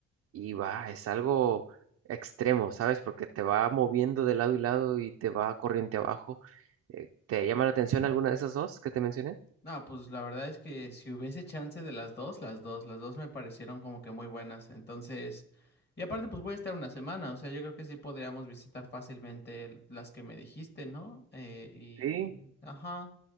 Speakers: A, on the right (about 55°); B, on the left (about 35°).
A: y va, es algo extremo, ¿sabes? Porque te va moviendo de lado y lado y te va corriente abajo. Eh, ¿te llama la atención alguna de esas dos que te mencioné?
B: No, pues la verdad es que si hubiese chance de las dos, las dos, las dos me parecieron como que muy buenas. Entonces, y aparte pues voy a estar una semana, o sea, yo creo que sí podríamos visitar fácilmente el- las que me dijiste, ¿no? Eh, y,
A: Sí,
B: ajá,